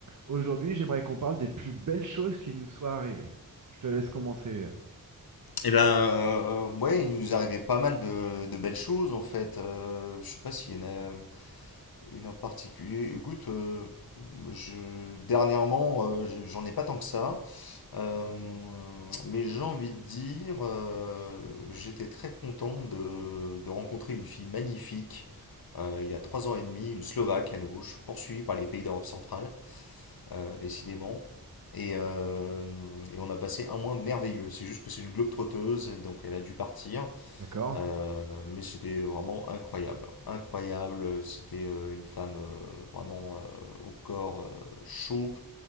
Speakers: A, on the right; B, on the left.
A: Aujourd'hui, j'aimerais qu'on parle des plus belles choses qui nous soient arrivées. Je te laisse commencer. euh,
B: Eh ben, euh, ouais, il nous arrivait pas mal de, de belles choses en fait. Euh, je sais pas s'il y en a une en particulier. Écoute, euh, je, dernièrement, euh, je- j'en ai pas tant que ça. Euh, mais j'ai envie de dire, euh, j'étais très content de, de rencontrer une fille magnifique euh, il y a trois ans et demi, une Slovaque à nouveau. Je suis poursuivi par les pays d'Europe centrale euh, décidément. Et, euh, et, on a passé un mois merveilleux. C'est juste que c'est une globe trotteuse, donc elle a dû partir.
A: D'accord?
B: Euh, mais c'était vraiment incroyable. Incroyable. C'était euh, une femme euh, vraiment euh, au corps euh, chaud,